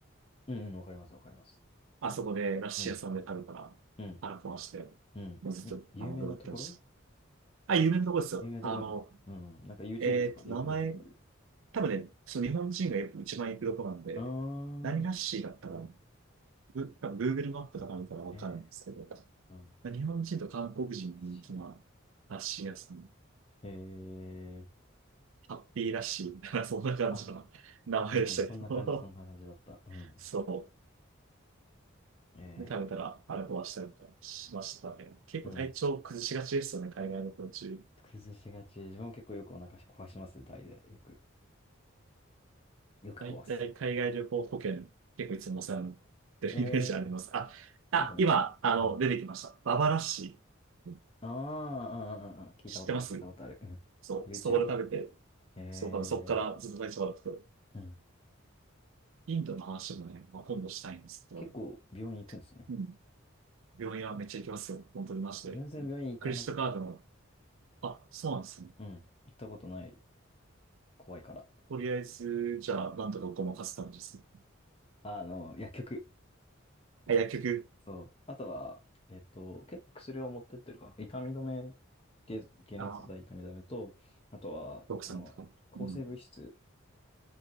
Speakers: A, on the left; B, on the right.
A: うんわかります、わかります。
B: あそこでラッシー屋さんで食べたら腹壊して、
A: うん。うん。うん。
B: もうずっと、
A: 有名なところ
B: あの、戻ってました。あ、有名なとこですよ。
A: 有名なところだよね。
B: あの、
A: うん。なんか YouTube
B: えーっと、
A: とかでよく出てくる。
B: 名前、多分ね、その日本人がよく一番行くとこなんで、
A: うー
B: 何ラッシーだったかな、
A: ん。
B: グ多分 Google マップとか見たらわかるんですけど、
A: えー、うん。
B: 日本人と韓国人に人気なラッシー屋さん。
A: ラッシーへえ。
B: ハッピーラッシュみたいな、<laughs> そんな感じの名前でしたけど、
A: あ、うん。そんな感じ、そんな感じだった。うん。
B: <laughs> そ
A: ええ
B: う。で、食べたらあれ壊したりとかしましたね。結構体調崩しがちですよね、
A: ー。うん。
B: 海外の途中。
A: 崩しがち。自分も結構よくお腹壊しますね、タイで。よく。よく壊す。
B: 大体海外旅行保険、結構いつもお世話になってるイメージあります。
A: ええー。
B: あ、あ、
A: まだ。
B: 今、あの、
A: うん
B: 出てきました。ババラッシー。
A: ああ、ああ、ああ聞いたことある、
B: 知ってます
A: 聞いたことある。うん
B: そう、
A: YouTube
B: そこで食べて、
A: ね。え
B: そう、多分そこからずっと体調悪くて。
A: ー、うん。
B: インドの話もね、まあ、今度したいんですけど、
A: 結構病院行くんですね。
B: うん病院はめっちゃ行きますよ。本当にマジで。
A: うん全然病院行かなく、
B: クレジットカードのあ、そうなんですね。
A: うん。行ったことない。怖いから。
B: とりあえず、じゃあ、なんとかごまかす感じですね。
A: あの、薬局。
B: あ、薬局、
A: そう。あとは、えっと、結構薬を持ってってるかな。痛み止め、解解熱剤痛み止めと、
B: あ、
A: あとは、
B: 奥さんとか。
A: あの、抗生物質。
B: うん。